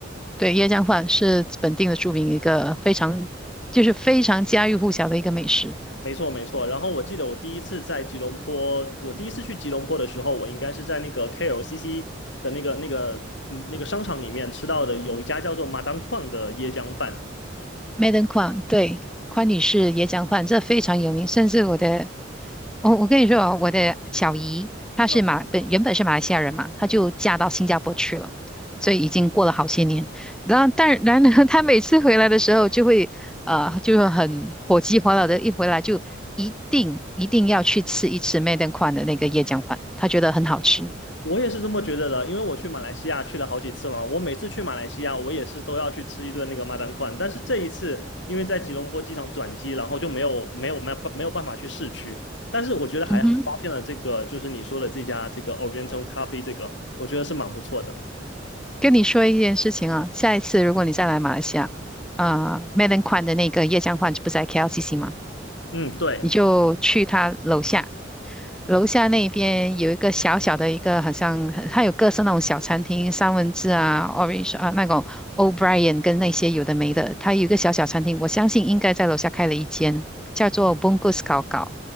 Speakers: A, in the centre; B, on the left.
A: 对，椰浆饭是本地的著名一个非常，就是非常家喻户晓的一个美食。
B: 没错，没错。然后我记得我第一次在吉隆坡，我第一次去吉隆坡的时候，我应该是在那个 KLCC 的那个、那个、嗯那个商场里面吃到的，有一家叫做马当矿的椰浆饭。
A: Madam k u a n 对，宽女士椰浆饭，这非常有名。甚至我的，我我跟你说啊，我的小姨她是马本原本是马来西亚人嘛，
B: 啊，
A: 她就嫁到新加坡去了，所以已经过了好些年。然后，但然呢，她每次回来的时候就会，呃，就是很火急火燎的，一回来就一定一定要去吃一次 Madam k u a n 的那个椰浆饭，她觉得很好吃。
B: 我也是这么觉得的，因为我去马来西亚去了好几次嘛，我每次去马来西亚，我也是都要去吃一顿那个马当矿。但是这一次，因为在吉隆坡机场转机，然后就没有没有没有没有办法去市区。但是我觉得还好，
A: 嗯哼。
B: 发现了这个就是你说的这家这个 Oriental Coffee 这个，我觉得是蛮不错的。
A: 跟你说一件事情啊，下一次如果你再来马来西亚，啊、m e l o n Kwan 的那个椰浆饭不是在 KLCC 吗？
B: 嗯，对。
A: 你就去他楼下，楼下那边有一个小小的一个，好像它有各式那种小餐厅，三文治啊，Orange 啊，那种 O'Brien 跟那些有的没的，它有一个小小餐厅，我相信应该在楼下开了一间，叫做 Bungus 搞搞。